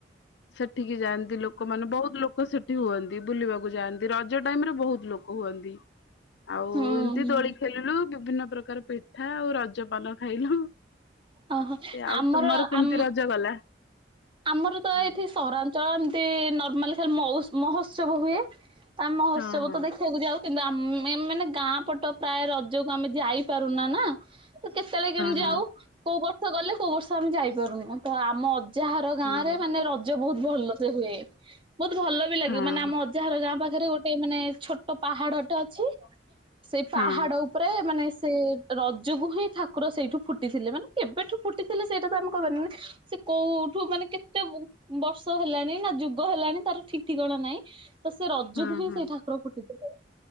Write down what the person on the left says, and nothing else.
ସେଠିକି ଯାଆନ୍ତି ଲୋକମାନେ ବହୁତ ଲୋକ। ଲୋକ ସେଠି ହୁଅନ୍ତି ବୁଲିବାକୁ ଯାଆନ୍ତି ରଜ ଟାଇମରେ ବହୁତ ଲୋକ ହୁଅନ୍ତି। ଆଉ
ଏମିତି ଦୋଳି ଖେଲିଲୁ ବିଭିନ୍ନ ପ୍ରକାର ପିଠା ଆଉ ରଜପାନ ଖାଇଲୁ।
ଆଉ
ତୁମର କେମିତି
ରଜ ଗଲା।
ହଁ
ହଁ ହଁ
ହଁ ହଁ।
ହଁ
ହଁ
ହଁ
ହଁ
ହଁ